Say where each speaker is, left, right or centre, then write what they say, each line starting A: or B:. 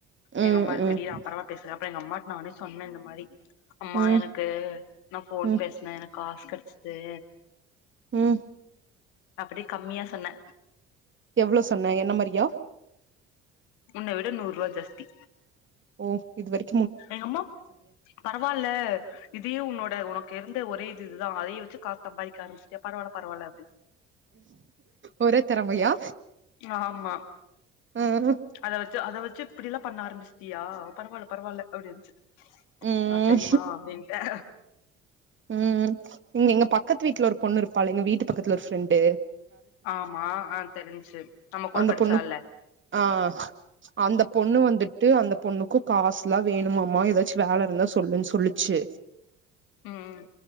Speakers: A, on the right; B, on the left.
A: ம்
B: எங்கம்மா இருக்குடி
A: ம்
B: அப்பற பேசுறப்ப எங்கம்மகிட்ட நானே சொன்னே இந்த மாரி அம்மா
A: ம்
B: எனக்கு நா போன்
A: ம்
B: பேசினே எனக்கு காசு கெடைச்சுது
A: ம்
B: அப்படி கம்மியா சொன்னே
A: எவ்ளோ சொன்ன என்னமாரியா
B: முன்ன விட நூரூவா ஜாஸ்தி
A: ஓ இதுவரைக்
B: எங்கம்மாப் பரவாயில்ல இதே உன்னோட உனக் இருந்த ஒர இது இதுதா அதைய வச்சு காச சம்பதிக்க ஆரம்பிச்சுடியா பரவலா பரவலா அப்டின்னு
A: ஒரே தெறமையா
B: ஆமா
A: ம் ம்
B: அத வச்சு அத வச்சு இப்படில்லா பண்ண ஆரம்பிச்சுடியா பரவால்ல பரவால்ல அப்படின்ச்சு
A: ம்
B: ஆ சரிமா அப்டின்ட்டே
A: ம் இங்க எங்க பக்கத்து வீட்ல ஒரு பொண்ணு இருப்பாலுங்க வீட்டு பக்கத்துல ஒரு ப்ரெண்டு
B: ஆமா ஆ தெரிஞ்சு நம்ம கூட
A: அந்த
B: படிச்சால
A: பொண்ணு ஆ அந்த பொண்ணு வந்துட் ட்டு அந்த பொண்ணுக்கு காசுலா வேணுமாமா ஏதாச்சு வேல இருந்தா சொல்லுன்னு சொல்லிச்சு
B: ம் ம்